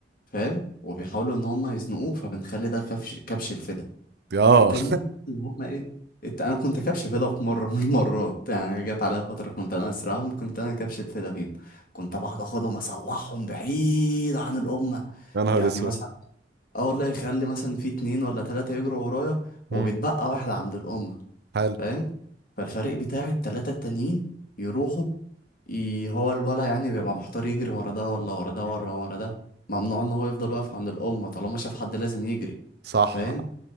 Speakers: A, on the left (about 55°); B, on the right (about 65°).
A: فاهم وبيحاولوا ان هم يزنقوه فبنخلي ده كبش كبش الفدا
B: اه
A: التانيين اللي هم ايه الت... انا كنت كبش فدا في مره <laughs> من المرات يعني
B: مم.
A: جت عليا فتره كنت انا اسرعهم كنت انا كبش الفدا فيهم كنت بقعد اخدهم اسوحهم بعيد عن الامه
B: يا نهار
A: يعني
B: اسود
A: مثلا اه والله يخلي مثلا في اتنين ولا تلاته يجروا ورايا وبيتبقى
B: امم
A: واحد عند الامه
B: حلو
A: فاهم فالفريق بتاعي التلاتة التانيين يروحوا ي... هو الولا يعني بيبقى محتار يجري ورا ده ولا ورا ده
B: مم.
A: ولا ورا ده ممنوع ان هو يفضل واقف عند الأمة طالما شاف حد لازم يجري
B: صح
A: فاهم